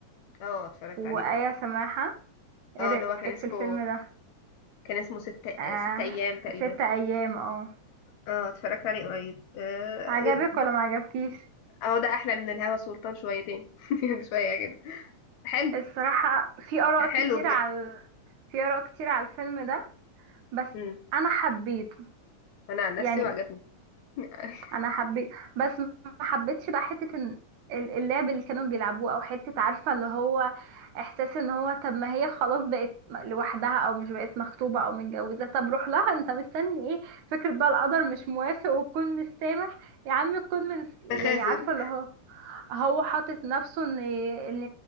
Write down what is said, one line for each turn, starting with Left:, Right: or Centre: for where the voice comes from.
Left: اه اتفرجت
Right: وآية
Left: عليه برضو
Right: سماحة
Left: اه
Right: ايه رأيك
Left: اللي هو كان اسمه
Right: في الفيلم ده
Left: كان اسمه ست آه،
Right: آه
Left: ست ايام تقريبا
Right: ست ايام اه
Left: اه اتفرجت عليه قريب آه،
Right: عجبك
Left: آه،
Right: ولا ما عجبكيش
Left: اه ده احلى من الهوا سلطان شويتين <laughs> شويه كده حلو
Right: الصراحة في اراء
Left: حلو
Right: كتير
Left: بجد
Right: على في اراء كتير على الفيلم ده بس
Left: امم
Right: انا حبيته
Left: انا عن نفسي
Right: يعني
Left: وعجبني <laughs>
Right: انا حبيت بس ما حبيتش بقى حته إن ال- اللعب اللي كانوا بيلعبوه او حته عارفه اللي هو احساس ان هو طب ما هي خلاص بقت لوحدها او مش بقت مخطوبه او متجوزه طب روح لها انت مستني ايه فكره بقى القدر مش موافق وتكون مش سامح يا عم تكون من يعني
Left: تخاذل
Right: عارفه اللي هو هو حاطط نفسه ان ان